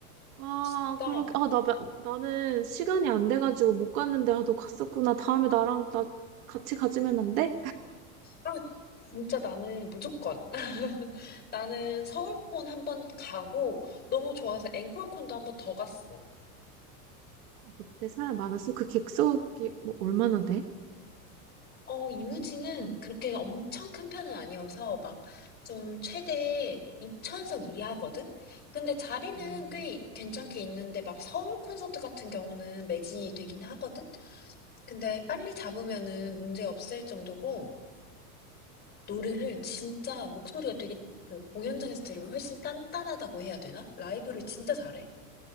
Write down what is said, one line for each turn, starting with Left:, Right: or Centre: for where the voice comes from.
Right: 아,
Left: 진짜,
Right: 그러게. 아, 나, 마- 나는 시간이 안 돼가지고 못 갔는데, 아, 너 갔었구나. 다음에 나랑, 나 같이 가지면 안 돼?
Left: 아, 진짜 나는 무조건. <laughs> 나는 서울콘 한번 가고 너무 좋아서 앵콜콘도 한번 더 갔어.
Right: 어때? 사람 많았어? 그 객석이 뭐 얼마나 돼?
Left: 어 이무지는
Right: 응.
Left: 그렇게 엄청 큰 편은 아니어서 막 좀 최대 2,000석 이하거든? 근데 자리는
Right: 음.
Left: 꽤 괜찮게 있는데 막 서울 콘서트 같은 경우는 매진이 되긴 하거든? 근데 빨리 잡으면은 문제 없을 정도고 노래를 진짜 목소리가 되게 그 공연장에서 들으면 훨씬 단단하다고 해야 되나? 라이브를 진짜 잘해.